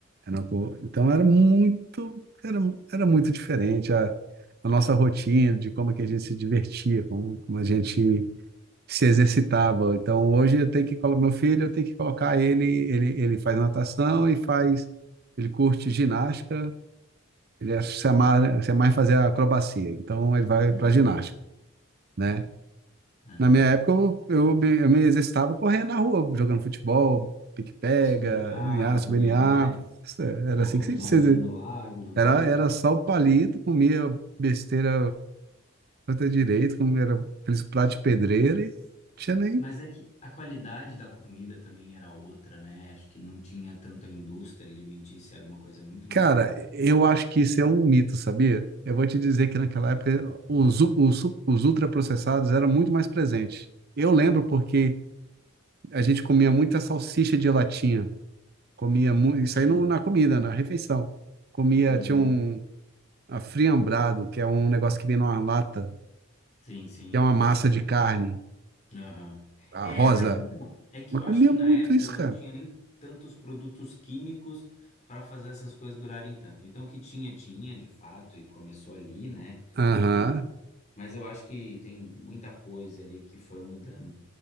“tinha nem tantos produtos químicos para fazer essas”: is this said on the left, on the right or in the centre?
Left